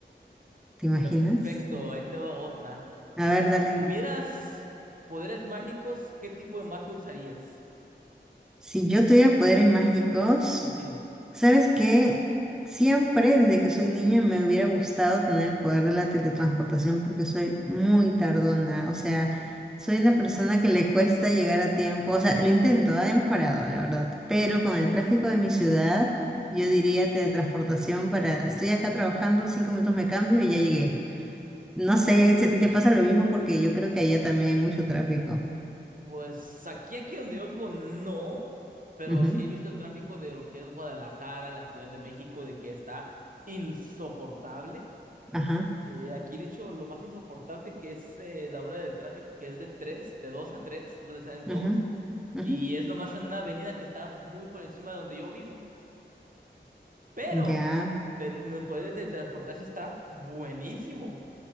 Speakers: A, in the centre; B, on the right.
A: ¿te imaginas?
B: Perfecto, ahí te va otra.
A: A
B: Si
A: ver, dale.
B: tuvieras poderes mágicos, ¿qué tipo de magia usarías?
A: Si yo tuviera poderes mágicos,
B: Ujú.
A: ¿Sabes qué? Siempre desde que soy niña me hubiera gustado tener el poder de la teletransportación porque soy muy tardona, o sea, soy una persona que le cuesta llegar a tiempo, o sea, lo intento, ah, he mejorado, la verdad, pero con el tráfico de mi ciudad, yo diría teletransportación para, estoy acá trabajando, cinco minutos me cambio y ya llegué. No sé si a ti te pasa lo mismo porque yo creo que allá también hay mucho tráfico.
B: Pues aquí, aquí donde yo vivo, no, pero
A: Ujú,
B: sí he visto el tráfico de lo que es Guadalajara, la Ciudad de México, de que está insoportable.
A: Ajá,
B: Eh, aquí, de hecho, lo más insoportable que es eh, la hora del tráfico, que es de tres, de 2 a 3, que es donde salen todos,
A: ujú, ujú,
B: y es nomás en una avenida que está muy por encima de donde yo vivo. Pero
A: Ya,
B: te, me- poder de teletransportarse está buenísimo.